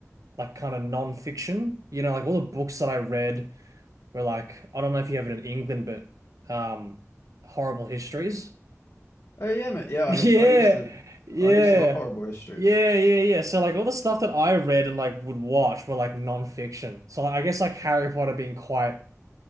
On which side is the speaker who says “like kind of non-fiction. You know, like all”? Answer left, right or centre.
Right